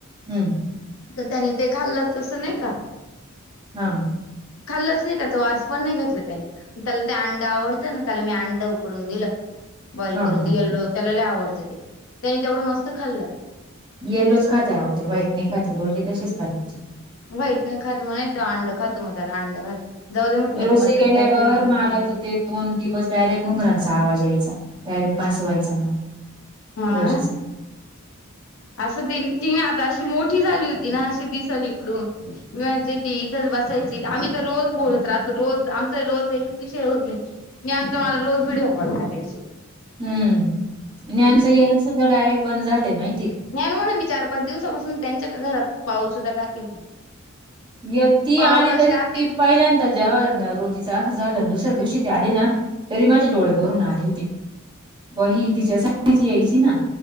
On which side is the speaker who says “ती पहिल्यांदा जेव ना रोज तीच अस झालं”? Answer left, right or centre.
Right